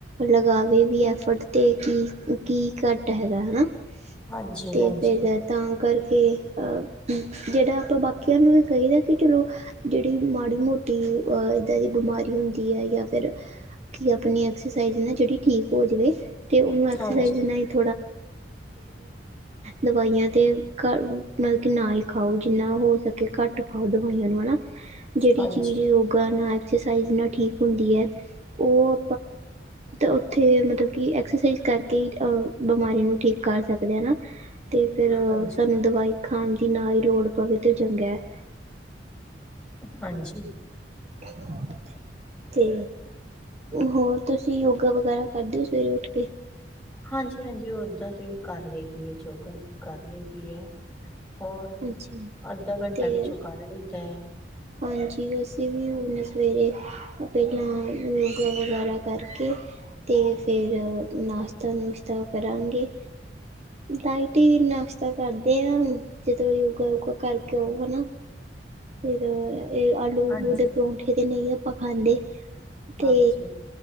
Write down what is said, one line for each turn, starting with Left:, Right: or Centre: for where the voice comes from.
Right: ਲਗਾਵੇ ਵੀ ਐਫਰਟ ਤੇ ਕੀ ਕੀ ਘੱਟ ਹੈਗਾ ਹੈਨਾ। ਤੇ,
Centre: ਹਾਂਜੀ ਹਾਂਜੀ
Right: ਫਿਰ ਤਾਂ ਕਰਕੇ ਅਹ ਜਿਹੜਾ ਆਪਾਂ ਬਾ ਕਿਯਾਂ ਨੂ ਵੀ ਕਈਦਾ ਕਿ ਚਲੋ ਜਿਹੜੀ ਮਾੜੀ- ਮੋਟੀ ਇੱਦਾਂ ਦੀ ਬਿਮਾਰੀ ਹੁੰਦੀ ਹੈ। ਜਾ ਫੇਰ ਆਪਣੀ ਐਕਸਰਸਾਈਜ਼ ਨਾ ਜਿਹੜੀ ਠੀਕ ਹੋ ਜਾਵੇ। ਤੇ ਉਹਨੂੰ ਐਕਸਰਸਾਈਜ਼
Centre: ਹਾਂਜੀ
Right: ਜੀੰਨਾ ਈ <unintelligible> ਦਵਾਈਆਂ ਤੇ ਮਤਲਬ, ਕਿ ਨਾ ਹੀ ਖਾਓ ਜਿੰਨਾ ਹੋ ਸਕੇ। ਘੱਟ ਖਾਓ ਦਵਾਈਆਂ ਨੂੰ ਹੈਨਾ। ਜਿਹੜੀ
Centre: ਹਾਂਜੀ,
Right: ਚੀਜ਼ ਯੋਗਾ ਨਾਲ, ਐਕਸਰਸਾਈਜ਼ ਨਾਲ ਠੀਕ ਹੁੰਦੀ ਹੈ। ਔਹ ਔਥੇ, ਮਤਲਬ ਕਿ ਐਕਸਰਸਾਈਜ਼ ਕਰਕੇ ਆਹ ਬਿਮਾਰੀ ਨੂੰ ਠੀਕ ਕਰ ਸਕਦੇ ਹਨਾ, ਤੇ ਫਿਰ
Centre: ਹਾਂਜੀ,
Right: ਸਾਨੂੰ ਦਵਾਈ ਖਾਣ ਦੀ ਨਾ ਹੀ ਲੋੜ <unintelligible>
Centre: ਹਾਂਜੀ।
Right: <inaudible> ਤੇ, ਹੋਰ, ਤੁਸੀਂ ਯੋਗਾ ਵਗੈਰਾ ਕਰਦੇ ਓ, ਸਵੇਰੇ ਉੱਠ ਕੇ?
Centre: ਹਾਂਜੀ-ਹਾਂਜੀ, ਓਦਾਂ ਤੇ ਕਰ ਲਈ ਦੀ ਐ, ਜੋਗਾ ਕਰ ਲਈ ਦੀ ਐ ਹੋਰ,
Right: ਅੱਛਾ
Centre: ਅੱਧਾ-ਘੰਟਾ
Right: ਤੇ
Centre: ਵਿੱਚੋਂ ਕਰ ਲਈਦਾ ਐ
Right: ਹਾਂਜੀ, ਅਸੀਂ ਵੀ ਹੁਣ ਸਵੇਰੇ ਪਹਿਲਾਂ, <inaudible> ਵਗੈਰਾ ਕਰਕੇ ਤੇ, ਫਿਰ ਨਾਸ਼ਤਾ-ਨੁਸ਼ਤਾ ਕਰਾਂਗੇ ਡਾਈਟ ਈ, ਨਾਸ਼ਤਾ ਕਰਦੇ ਆ, ਜਦੋਂ ਯੋਗਾ-ਯੁਗਾ ਕਰਕੇ ਆਓ, ਹਨਾ ਏ, ਆਲੂ-ਉਲੂ
Centre: ਹਾਂਜੀ।
Right: ਦੇ ਪਰੋਠੇ, ਤੇ ਨਈ ਆਪਾਂ ਖਾਂਦੇ।
Centre: ਹਾਂਜੀ
Right: ਤੇ,